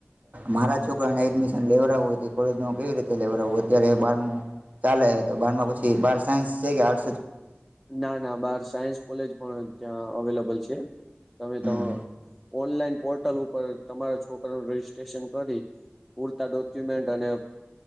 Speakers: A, on the right (about 40°); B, in the centre.
A: મારા છોકરાને એડમિશન લેવડું કોલેજમાં કેવી રીતે લેવડાવવું અત્યારે બાર ચાલે હ તો બારમાં પછી બાર સાયન્સ છે કે આર્ટ
B: ના ના બાર સાયન્સ કોલેજ પણ ત્યાં અવેલેબલ છે તમે
A: હમ
B: તો ઓનલાઈન પોર્ટલ ઉપર તમારા છોકું રજિસ્ટ્રેશન કરી પૂરતા ડોક્યુમેન્ટ અને